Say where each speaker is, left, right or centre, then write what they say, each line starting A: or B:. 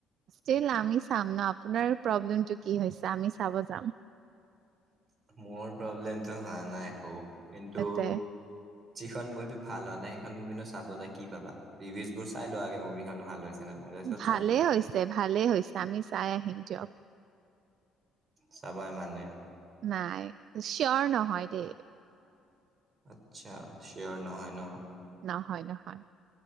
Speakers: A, on the right; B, on the right.
A: ইষ্টিল আমি চাম ন আপোনাৰ প্ৰব্লেম টো কি হৈছে? আমি চাব যাম
B: মোৰ প্ৰব্লেমটো হোৱা নাই একো। কিন্তু
A: তাতে
B: যিখন মুভি ভাল হোৱা নাই সেইখন মুভিনো চাব যে কি পাবা ৰিভিউজ বোৰ চাই লোৱাগে মুভিখনো ভাল হৈছে নে নাই তাৰপিছত
A: ভালেই
B: যোৱা।
A: হৈছে ভালেই হৈছে আমি চাই আহিম দিয়ক।
B: চাবাই মানে?
A: নাই চিয়ৰ নহয় দেই।
B: আচ্ছা চিয়ঁৰ আৰু নহয় ন?
A: নহয় নহয়।